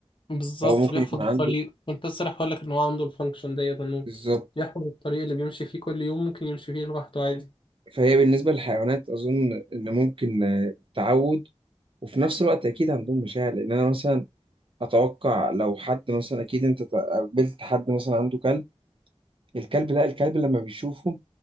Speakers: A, on the left (about 50°); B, on the right (about 55°).
A: بالظبط
B: هو ممكن
A: بيحفظ
B: يكون عنده
A: الطريق كنت لسه رايح أقولك إن هو عنده الفانكشن ديت إنه
B: بالظبط
A: بيحفظ الطريق اللي بيمشي فيه كل يوم ممكن يمشي فيه لوحده عادي
B: فهي بالنسبة للحيوانات أظن إن ممكن آه، تعود وفي نفس الوقت أكيد عندهم مشاعر لأن أنا مثلا أتوقع لو حد مثلا أكيد أنت قابلت حد مثلا عنده كلب الكلب لا الكلب لما بيشوفه